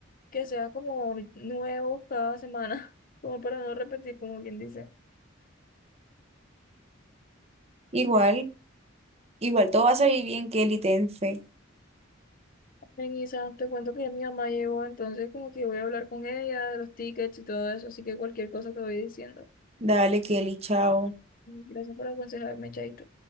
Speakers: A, on the left (about 45°); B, on the right (about 30°).
A: que sean como nuevos cada semana, <laughs> como para no repetir, como quien dice.
B: Igual, igual todo va a salir bien, Kelly, ten fe.
A: Melissa, te cuento que ya mi mamá llegó, entonces como que voy a hablar con ella de los tickets y todo eso, así que cualquier cosa te voy diciendo.
B: Dale, Kelly, chao.
A: Gracias por aconsejarme, Chaito.